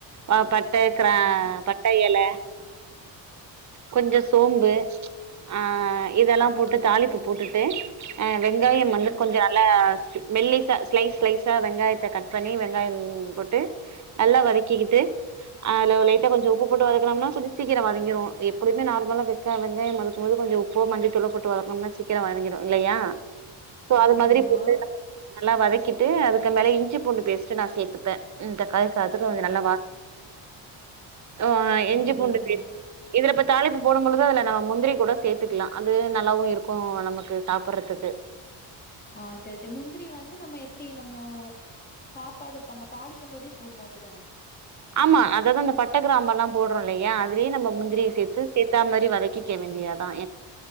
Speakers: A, on the right; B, on the left.
A: அ பட்ட கிரா
B: ஆமா
A: பட் பட்ட எல கொஞ்சோ சோம்பு ஆ இதெல்லா போட்டு தாளிப்பு போட்டுட்டு அ வெங்காயம்
B: சரிங்க
A: வந்து கொஞ்சம் நல்லா மெல்லிசா ஸ்லைஸ் ஸ்லைஸா வெங்காயத்தை கட் பண்ணி வெங்காயம் போட்டு நல்லா வதக்கிக்கிட்டு அதுல லைட்டா கொஞ்சோ உப்பு போட்டு வதக்கணும்னா கொஞ்சம் சீக்கிரம் வதங்கிடும் எப்பவுமே நார்மலா வச் சாங்க வதக்கும்போது கொஞ்சம் உப்ப மஞ்சதூள போட்டு வதக்கணும்னா சீக்கிரம் வாதங்கிடும் இல்லையா சோ அது
B: ஆமாமா
A: மாதிரி போட்டு நல்லா வதக்கிட்டு அதுக்கு மேல இஞ்சி பூண்டு பேஸ்டு நான் சேர்த்துப்பேன் இந்த கதவ் சாத்துட்டு கொஞ்சம்
B: ஓ
A: நல்லா வா ஆ இஞ்சி
B: அப்டிங்களா
A: பூண்டு பேஸ்ட் இதுல இப்ப தாளிப்பு போடும் பொழுது அதுல நம்ம முந்திரி கூட சேர்த்துக்கலாம் அது நல்லாவும் இருக்கும் நமக்கு சாப்பிடடுறதுக்கு
B: ஆ சேர் சேர் முந்திரி வந்து நம்ம எப்டி நம்மோ சாப்பாடு நம்ம தாளிக்கும் போதே போடுங்க அப்டி தானே
A: ஆமா அதாவான் இந்த பட்டக் கிராம்பு எல்லாம் போடுறோம் இல்லையா அதுலியே நம்ம முந்திரிய
B: ஆமா
A: சேர்த்து சேத்த மாரி வதக்கிக்க வேண்டியாதான்